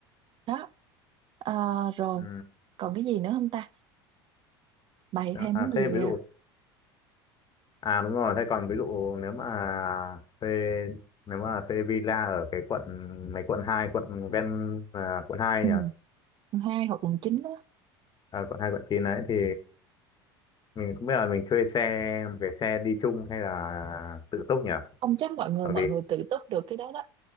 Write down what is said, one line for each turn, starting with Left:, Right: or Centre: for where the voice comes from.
Right: đó Ờ, rồi
Left: Ừ.
Right: còn cái gì nữa không ta bày thêm
Left: À
Right: cái
Left: thế
Right: gì
Left: ví
Right: à?
Left: dụ à đúng rồi, thế còn ví dụ nếu mà thuê nếu mà thuê villa ở cái quận mấy quận hai quận ven à, quận 2
Right: ừ,
Left: nhỉ?
Right: mùng hai hoặc mùng chín á
Left: à, bọn hai bọn chín đấy thì mình cũng biết là mình thuê xe một cái xe đi chung hay là tự túc nhỉ
Right: không chắc mọi người
Left: bởi
Right: mọi
Left: vì
Right: người tự túc được cái đó đó